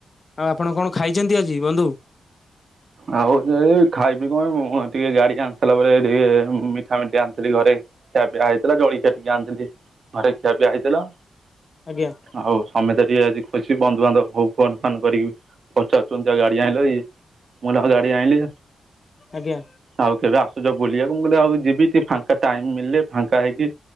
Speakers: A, on the left; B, on the right.
A: ଆଉ ଆପଣ କଣ ଖାଇଚନ୍ତି ଆଜି ବନ୍ଧୁ?
B: ଆଉ ଯେ ଏଇ ଖାଇବି କଣ ମୁଁ ଟିକେ ଗାଡି ଆଣି ସାରଲା ପରେ ଟିକେ ମିଠାମିଠି ଆଣିଥିଲି ଘରେ। ଖିଆପିଆ ହେଇଥିଲା ଜଳିଖିଆ ଟିକେ ଆଣିଥିଲି ଘରେ ଖିଆପିଆ ହେଇଥିଲା।
A: ଆଜ୍ଞା।
B: ଆଉ ସମେତେ ଟିକେ ଆଜି ଖୁସି ବନ୍ଧୁବାନ୍ଧବ ହୋଉ ଫୋନ ଫାନ୍ କରିକି ବି ପଚାରୁଚନ୍ତି ଆଉ ଗାଡି ଆଣିଲ ଇ ମୁଁ କହିଲି ହଁ ଗାଡ଼ି ଆଇଁଲି।
A: ଆଜ୍ଞା।
B: ଆଉ କେବେ ଆସୁଚ ବୁଲିବାକୁ ମୁଁ କହିଲି ଆଉ ଯିବି ଟିକେ ଫାଙ୍କା ଟାଇମ ମିଳିଲେ ଫାଙ୍କା ହେଇକି।